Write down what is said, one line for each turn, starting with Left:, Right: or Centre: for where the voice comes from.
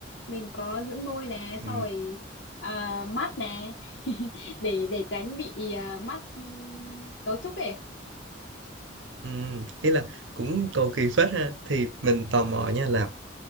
Left: mình có dưỡng môi nè
Right: Ừ,
Left: sau rồi à, mắt nè <laughs> để để tránh bị à, mắt ừm, cấu trúc ấy
Right: ừ, ý là cũng cầu kỳ phết ha. Thì mình tò mò nha là